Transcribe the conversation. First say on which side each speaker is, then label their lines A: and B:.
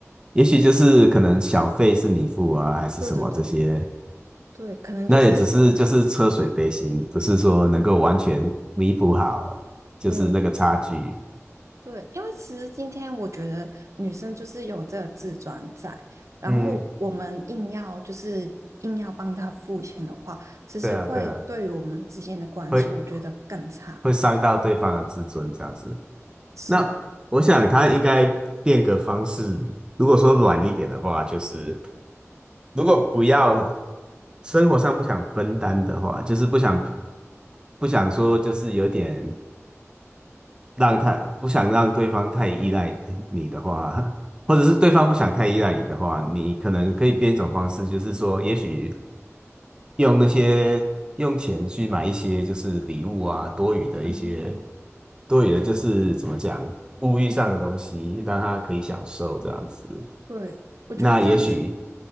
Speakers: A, on the right; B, on the right.
A: 也许就是可能小费是你付啊，还是什么这些。
B: 对对对对，可能就是
A: 那也只是就是车水杯薪，不是说能够完全弥补好，就是那个差距。
B: 对对，因为其实今天我觉得女生就是有这个自尊在，然后我们硬要就是硬要帮她付钱的话，
A: 嗯，
B: 其实会对于我们之间的关系，
A: 对啊，对啊，会
B: 我觉得更差。
A: 会伤到对方的自尊这样子。
B: 是的，
A: 那我想他应该变个方式，如果说软一点的话，就是如果不要生活上不想分担的话，就是不想不想说就是有点让他不想让对方太依赖你 <laughs> 的话，<laughs> 或者是对方不想太依赖你的话，你可能可以变一种方式，就是说，也许用那些用钱去买一些就是礼物啊，多余的一些
B: 嗯，
A: 多余的，就是怎么讲，
B: 对
A: 物欲上的东西，让他可以享受这样子。
B: 对，我觉得这样子，
A: 那也许，